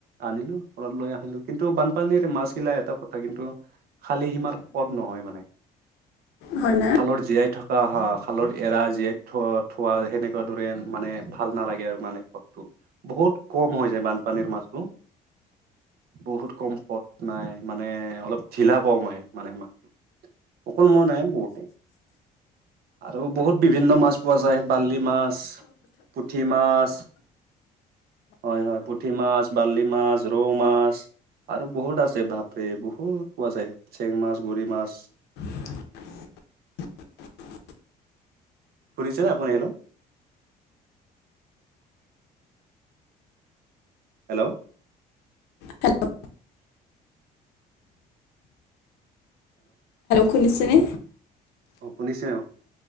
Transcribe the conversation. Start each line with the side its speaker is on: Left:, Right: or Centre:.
Right: আনিলো ঘৰত লৈ আহিলো কিন্তু বানপানীৰে মাছবিলা এটা কথা কিন্তু খালী সীমাৰ কদ নহয় মানে
Left: হয়নে
Right: খালৰ জীয়াই থকা আঁহ আহা খালত এৰা জীয়াই থ থোৱা সেনেকুৱা দৰে মানে ভাল নালাগে আৰু মানে সাদটো বহুত কম হৈ যায় বানপানীৰ মাছটো বহুত কম সত নাই মানে অলপ ঢিলা পাওঁ মই মানে, মই অকল মই নাই বহুতে। আৰু বহুত বিভিন্ন মাছ পোৱা যায়, বাললি মাছ, পুঠি মাছ। হয় হয় পুঠি মাছ বাৰ্লি মাছ ৰৌ মাছ আৰু বহুত আছে ভাপৰে বহুত পোৱা যায় চেং মাছ গৰি মাছ
Left: <unintelligible>
Right: শুনিছনে আপুনি হেনো হেল্ল'
Left: হেল্ল' শুনিছেনে
Right: অঁ শুনিছে